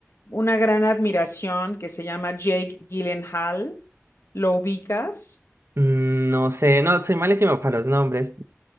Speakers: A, on the left (about 65°); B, on the right (about 60°).
A: una gran admiración, que se llama Jake Gyllenhaal. ¿Lo ubicas?
B: Mm, No sé, no, soy malísimo para los nombres.